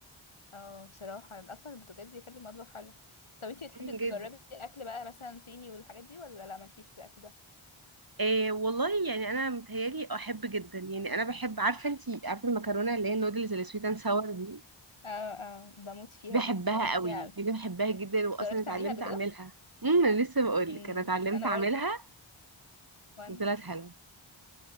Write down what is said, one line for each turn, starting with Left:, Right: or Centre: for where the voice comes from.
Left: اه بصراحة اصلا البرتقال بيخلي المطبخ حلو طب انتي بتحبي
Right: امم
Left: تجربي
Right: جدا
Left: اكل بقى مثلا صيني والحاجات دي ولا لا مالكيش في الاكل ده
Right: إيه والله يعني انا متهيالي احب جدا يعني انا بحب عارفه انتي عارفه المكرونه اللي هي النودلز اللي سويت اند ساور دي
Left: اه اه بموت فيها
Right: بحبها
Left: دي بموت
Right: قوي
Left: فيها اوي
Right: دي بحبها جدا واصلا
Left: جربتي
Right: اتعلمت
Left: تعمليها قبل
Right: اعملها
Left: كده
Right: امم انا لسه بقول
Left: امم
Right: لك انا اتعلمت
Left: انا
Right: اعملها
Left: برضه وانا
Right: وطلعت حلوه